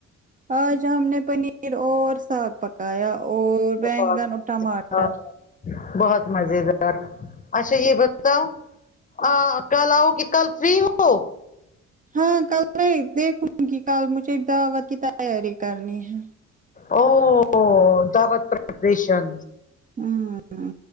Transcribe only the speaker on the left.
بہت
مزیدار
بہت مزے دار اچھا یہ بتاؤ آ کل آؤ کہ کل فری ہو
او دعوت پرپریشن